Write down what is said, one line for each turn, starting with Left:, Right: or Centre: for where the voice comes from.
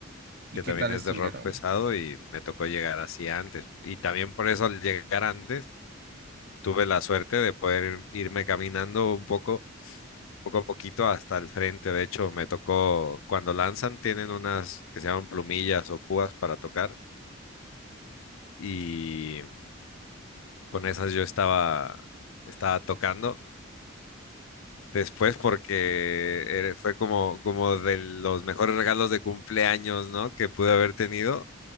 Right: ¿Y
Left: que
Right: qué
Left: también
Right: tal
Left: es
Right: estuvieron?
Left: de rock pesado y me tocó llegar así antes. Y también por eso al llegar antes tuve la suerte de poder irme caminando un poco poco a poquito hasta el frente. De hecho, me tocó, cuando lanzan, tienen unas que se llaman plumillas o púas para tocar y con esas yo estaba, estaba tocando. Después porque era- fue como, como de los mejores regalos de cumpleaños, ¿no? Que pude haber tenido,